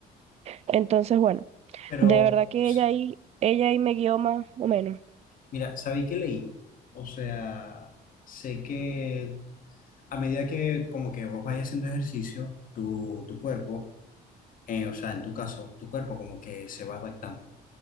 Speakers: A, on the right; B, on the left.
A: Entonces, bueno,
B: pero,
A: de verdad que
B: s-
A: ella ahí, ella ahí me guió más o menos.
B: mira, ¿sabéis qué leí? O sea, sé que a medida que como que vos vayas haciendo ejercicio, tu, tu cuerpo eh, o sea, en tu caso, tu cuerpo como que se va adaptando.